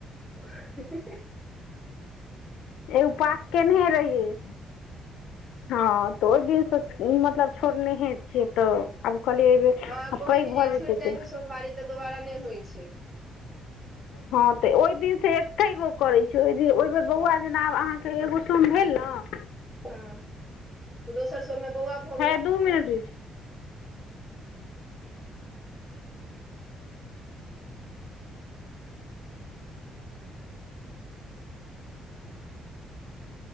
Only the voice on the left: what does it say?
ऊं उपास केने रहियै हँ तऽ ओहि दिन सं मतलब छोड़नेहे छियै तऽ आब कहलियै एहिबेर
आ
पैघ
भऽ
जेतै
तऽ
हँ तऽ ओहि दिन से एके गो करै छियै, ओहि दिन बौआ
जेना अहाँके एगो सोम भेल न।
हइया दू मिनटी रुक